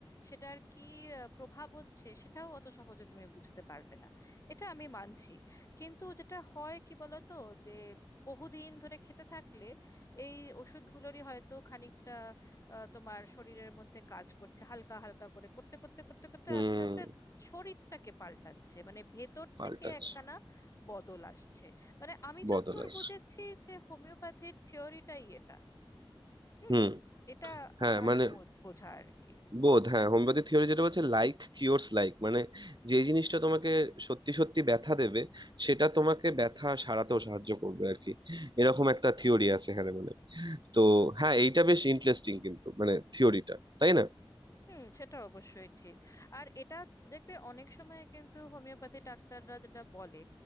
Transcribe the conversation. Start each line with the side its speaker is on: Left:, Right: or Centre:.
Left: সেটার কি আহ, প্রভাব হচ্ছে সেটাও অত সহজে তুমি বুঝতে পারবে না এটা আমি মানছি কিন্তু যেটা হয় কি বলতো যে বহুদিন ধরে খেতে থাকলে এই ওষুধগুলোরই হয়তো খানিকটা আহ, তোমার শরীরের মধ্যে কাজ করছে হালকা হালকা করে করতে করতে করতে করতে
Right: হুম
Left: আস্তে আস্তে শরীরটাকে পাল্টাচ্ছে মানে ভেতর
Right: পাল্টাচ্ছে
Left: থেকে একখানা বদল আসছে মানে আমি
Right: বদল
Left: যতদূর
Right: আসছে
Left: বুঝেছি যে হোমিওপ্যাথির থিওরিটাই এটা হুম
Right: হুম
Left: এটা
Right: হ্যাঁ
Left: আমার
Right: মানে
Left: বো- বোঝা আর কি
Right: বোধ হ্যাঁ হোমিওপ্যাথি থিওরি যেটা বলছে লাইক কিওরস লাইক মানে যে জিনিসটা তোমাকে সত্যি সত্যি ব্যথা দেবে সেটা তোমাকে ব্যথা সারাতেও সাহায্য করবে আর কি এরকম একটা থিওরি আছে এখানে মানে তো হ্যাঁ এইটা বেশ ইন্টারেস্টিং কিন্তু মানে থিওরিটা তাই না
Left: হুম সেটা অবশ্যই ঠিক আর এটা দেখবে অনেক সময় কিন্তু হোমিওপ্যাথি ডাক্তাররা যেটা বলে